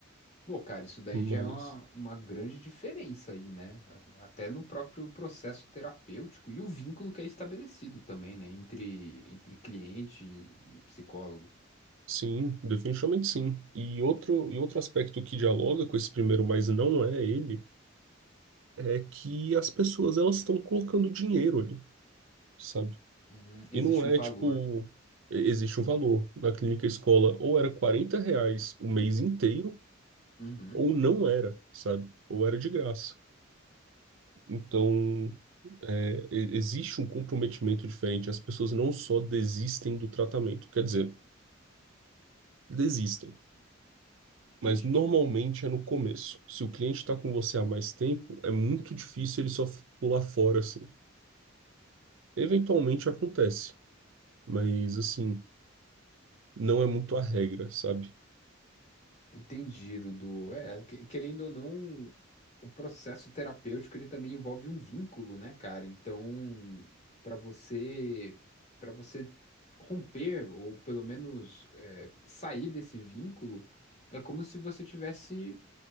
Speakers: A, on the left; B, on the right.
A: Pô, cara, isso daí
B: Mas
A: já é uma, uma grande diferença aí, né? Até no próprio processo terapêutico e o vínculo que é estabelecido também, né? Entre, entre cliente e psicólogo.
B: sim, definitivamente sim. E outro, e outro aspecto que dialoga com esse primeiro, mas não é ele, é que as pessoas elas estão colocando dinheiro ali. sabe?
A: Hum, existe
B: E não é
A: um valor.
B: tipo, e- existe um valor. Na clínica escola, ou era 40 reais o mês inteiro,
A: Uhum,
B: ou não era, sabe? Ou era de graça. Então, é, e- existe um comprometimento diferente. As pessoas não só desistem do tratamento, quer dizer, desistem.
A: entendi.
B: Mas normalmente é no começo. Se o cliente está com você há mais tempo, é muito difícil ele só f- pular fora assim. Eventualmente acontece, mas assim, não é muito a regra, sabe?
A: Entendido, do É, que- querendo ou não, o processo terapêutico ele também envolve um vínculo, né, cara? Então, para você, para você romper ou pelo menos é, sair desse vínculo, é como se você tivesse